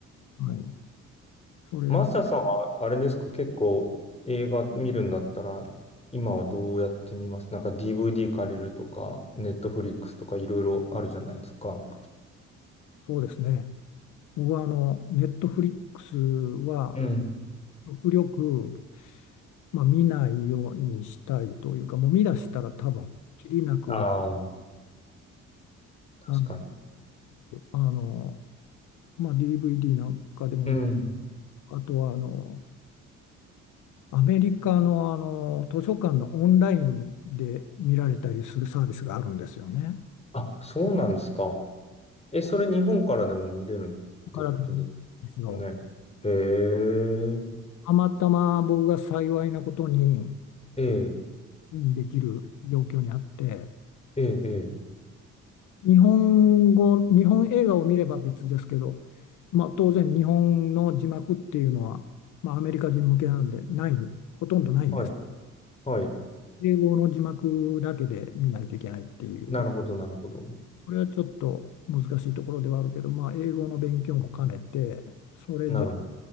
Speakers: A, on the left; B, on the left.
A: はい、それ、
B: マサさんは、あれですか、結構映画見るんだったら、今はどうやって見ますなんか DVD 借りるとか、ネットフリックスとかいろいろあるじゃないですか。
A: そうですね。僕はあの、ネットフリックスは、
B: うん。
A: 極力、まあ、見ないようにしたいというか、もう見出したら多分、きりなく見て、
B: ああ、確かに。
A: あの、あのまあ、DVD なんかでも見、
B: うん。
A: あとはあの、アメリカの、あの図書館のオンラインで見られたりするサービスがあるんですよね。
B: あ、そうなんですか。え、それ日本からでも見れるっていうことで
A: だからなんですよ
B: すね。へえ、
A: たまたま僕が幸いなことに
B: ええ、
A: できる状況にあって、
B: ええ、ええ
A: 日本語、日本映画を見れば別ですけど、まあ、当然日本の字幕っていうのは、まあ、アメリカ人向けなんでない、ほとんどないんです。
B: はい、はい。
A: 英語の字幕だけで見ないといけないっていう、
B: なるほど、なるほど。
A: それはちょっと難しいところではあるけど、まあ、英語の勉強も兼ねて、それで、
B: なるほど。